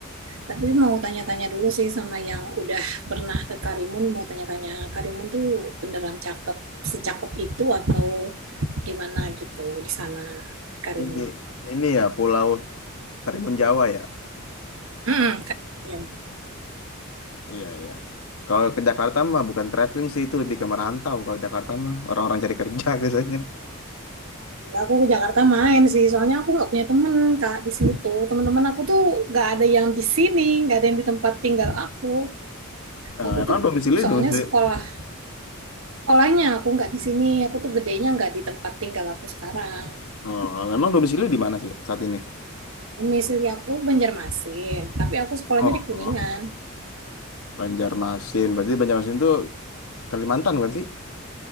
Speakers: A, on the right; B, on the left.
A: Tapi mau tanya-tanya dulu sih sama yang udah pernah ke Karimun, mau tanya-tanya Karimun tuh beneran cakep, secakep itu atau gimana gitu di sana di Karimun.
B: Ini ini ya Pulau Karimun Jawa ya.
A: Hmm, Ya,
B: Iya, iya. Kalau ke Jakarta mah bukan traveling sih, itu lebih ke merantau. Kalau Jakarta mah orang-orang cari kerja <laughs> biasanya.
A: ya, aku ke Jakarta main sih, soalnya aku nggak punya temen kak di sini tuh. Teman-teman aku tuh nggak ada yang di sini, nggak ada yang di tempat tinggal aku.
B: Eh,
A: Aku
B: emang
A: tuh
B: domisili,
A: soalnya
B: domisili.
A: sekolah sekolahnya aku nggak di sini, aku tuh gedenya nggak di tempat tinggal aku sekarang.
B: Oh, emang domisili di mana sih saat ini?
A: Domisili aku Banjarmasin, tapi aku sekolahnya
B: Oh,
A: di Kuningan.
B: Banjarmasin. Berarti Banjarmasin itu Kalimantan kan sih?